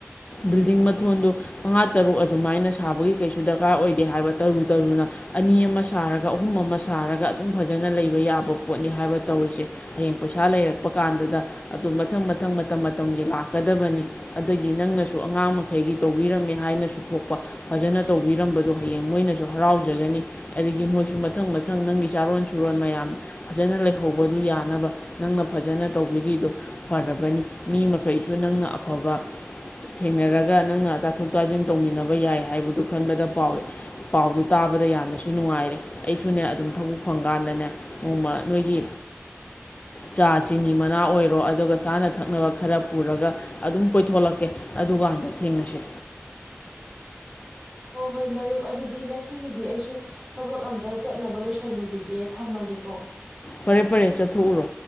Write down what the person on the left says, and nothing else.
ꯕꯤꯜꯗꯤꯡ ꯃꯊꯣꯟꯗꯨ ꯃꯉꯥ ꯇꯔꯨꯛ ꯑꯗꯨꯃꯥꯏꯅ ꯁꯥꯕꯒꯤ ꯀꯩꯁꯨ ꯗꯔꯀꯥꯔ ꯑꯣꯏꯗꯦ ꯍꯥꯏꯕ ꯇꯧꯔꯨ ꯇꯧꯔꯨꯅ ꯑꯅꯤ ꯑꯃ ꯁꯥꯔꯒ ꯑꯍꯨꯝ ꯑꯃ ꯁꯥꯔꯒ ꯑꯗꯨꯝ ꯐꯖꯅ ꯂꯩꯕ ꯌꯥꯕ ꯄꯣꯠꯅꯤ ꯍꯥꯏꯕ ꯇꯧꯔꯤꯁꯦ ꯍꯌꯦꯡ ꯄꯩꯁꯥ ꯂꯩꯔꯛꯄ ꯀꯥꯟꯗꯨꯗ ꯑꯗꯨꯝ ꯃꯊꯪ ꯃꯊꯪ ꯃꯇꯝ ꯃꯇꯝꯒꯤ ꯂꯥꯛꯀꯗꯕꯅꯤ ꯑꯗꯒꯤ ꯅꯪꯅꯁꯨ ꯑꯉꯥꯡ ꯃꯈꯩꯒꯤ ꯇꯧꯕꯤꯔꯝꯃꯦ ꯍꯥꯏꯅꯁꯨ ꯊꯣꯛꯄ ꯐꯖꯅ ꯇꯧꯕꯤꯔꯝꯕꯗꯣ ꯍꯌꯦꯡ ꯃꯣꯏꯅꯁꯨ ꯍꯔꯥꯎꯖꯒꯅꯤ ꯑꯗꯒꯤ ꯃꯣꯏꯁꯨ ꯃꯊꯪ ꯃꯊꯪ ꯅꯪꯒꯤ ꯆꯥꯔꯣꯟ ꯁꯨꯔꯣꯟ ꯃꯌꯥꯝ ꯐꯖꯅ ꯂꯩꯍꯧꯕꯗꯨ ꯌꯥꯅꯕ ꯅꯪꯅ ꯐꯖꯅ ꯇꯧꯕꯤꯔꯤꯗꯨ ꯐꯔꯕꯅꯤ ꯃꯤ ꯃꯈꯩꯁꯨ ꯅꯪꯅ ꯑꯐꯕ ꯊꯦꯡꯅꯔꯒ ꯅꯪꯅ ꯇꯥꯊꯣꯛ ꯇꯥꯖꯤꯟ ꯇꯧꯃꯤꯟꯅꯕ ꯌꯥꯏ ꯍꯥꯏꯕꯗꯨ ꯈꯟꯒꯗ ꯄꯥꯎ ꯄꯥꯎꯗꯨ ꯇꯥꯕꯗ ꯌꯥꯝꯅꯁꯨ ꯅꯨꯡꯉꯥꯏꯔꯦ ꯑꯩꯁꯨꯅꯦ ꯑꯗꯨꯝ ꯊꯕꯛ ꯐꯪꯀꯥꯟꯗꯅꯦ ꯅꯣꯡꯃ ꯅꯣꯏꯒꯤ ꯆꯥ ꯆꯤꯅꯤ ꯃꯅꯥ ꯑꯣꯏꯔꯣ ꯑꯗꯨꯒ ꯆꯥꯅ ꯊꯛꯅꯕ ꯈꯔ ꯄꯨꯔꯒ ꯑꯗꯨꯝ ꯀꯣꯏꯊꯣꯛꯂꯛꯀꯦ ꯑꯗꯨꯒꯥꯟꯗ ꯊꯦꯡꯅꯁꯤ
ꯐꯔꯦ ꯐꯔꯦ ꯆꯠꯊꯣꯛꯎꯔꯣ